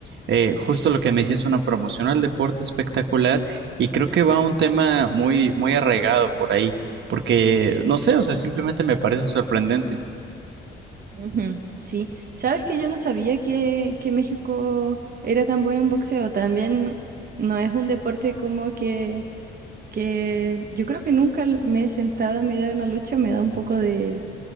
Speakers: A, on the right; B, on the right.
A: eh, justo lo que me decías, una promoción al deporte espectacular y creo que va un tema muy, muy arraigado por ahí, porque no sé, o sea, simplemente me parece sorprendente.
B: Ujú, Sí, sabes que yo no sabía que, que México era tan bueno en boxeo. También no es un deporte como que, que yo creo que nunca l- me he sentado a mirar una lucha, me da un poco de,